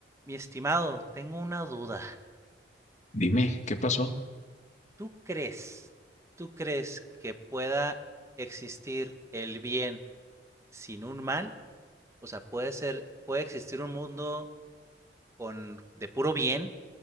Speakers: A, on the right; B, on the left.
A: Mi estimado, tengo una duda.
B: Dime, ¿qué pasó?
A: ¿Tú crees, tú crees que pueda existir el bien sin un mal? O sea, puede ser, puede existir un mundo con de puro bien